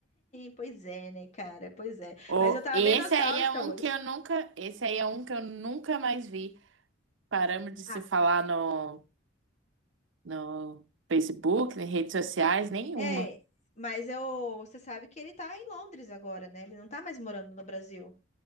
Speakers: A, on the left (about 35°); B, on the right (about 80°).
A: Pois é, né, cara? Pois é.
B: Oh,
A: Mas eu tava
B: esse
A: bem nostálgica
B: aí é um
A: hoje.
B: que eu nunca, esse aí é um que eu nunca mais vi. Paramos de se
A: Ah,
B: falar no, no Facebook, em redes sociais, nenhuma.
A: é. Mas eu, você sabe que ele tá em Londres agora, né? Ele não tá mais morando no Brasil.